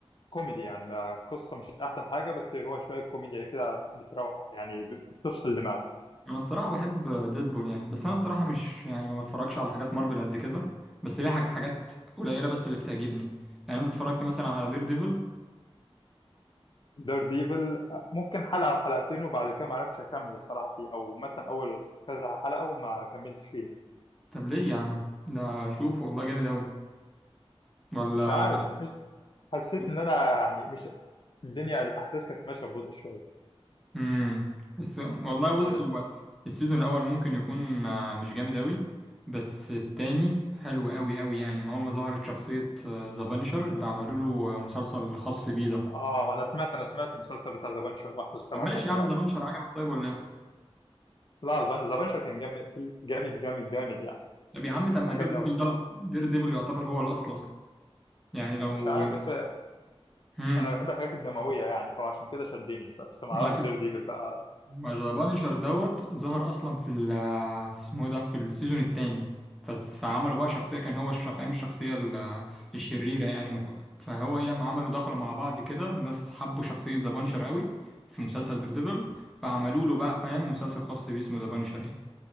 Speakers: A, on the left; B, in the centre.
A: كوميدي يعني ما قصة مش أحسن حاجة بس هو شوية كوميديا كده بتروق يعني بتفصل دماغك
B: انا الصراحه بحب ديدبول يعني بس انا الصراحه مش يعني ما بتفرجش على حاجات مارفل قد كده بس ليها حاج- حاجات قليله بس اللي بتعجبني يعني انت اتفرجت مثلا على دير ديفل
A: دير ديفل ممكن حلقة أو حلقتين وبعد كده ما عرفتش أكمل الصراحة فيه أو مثلا أول كذا حلقة وما كملتش فيه
B: طب ليه يا عم ده شوف والله جامد اوي ولا
A: مش عارف حسيت
B: <laughs>
A: ان انا يعني مش الدنيا الاحداث كانت ماشيه ببطء شويه
B: امم بس والله بص
A: هي دي الفكره
B: هو السيزون الاول ممكن يكون آه، مش جامد اوي بس التاني حلو اوي اوي يعني ما اول ما ظهرت شخصيه ذا بانشر اللي عملوا له مسلسل خاص بيه ده
A: اه انا سمعت انا سمعت المسلسل بتاع ذا بانشر لوحده الصراحه
B: طب ماشي
A: كان
B: يا
A: حلو
B: عم
A: قوي
B: ذا بانشر عجبك طيب ولا إيه؟
A: لا ذا بانشر كان جامد جامد جامد جامد يعني
B: طب يا عم طب ما
A: عجبني
B: دير ديفل
A: قوي الصراحه
B: ده دير ديفل يعتبر هو الاصل اصلا يعني لو
A: مش عارف بس
B: امم
A: انا بحب الحاجات الدمويه يعني فعشان كده شدني بس ما
B: ما
A: اعرفش
B: تك-
A: دير ديفل بقى
B: ما ذا بانشر دوت ظهر اصلا في ال في اسمه إيه ده في السيزون الثاني فعملوا بقى شخصيه كان هو الش- فاهم الشخصيه ال- الشريره يعني مق... فهو ايه لما عملوا دخلوا مع بعض كده الناس حبوا شخصيه ذا بانشر قوي في مسلسل دير ديفل فعملوا له بقى فاهم مسلسل خاص بيه اسمه ذا بانشر يعني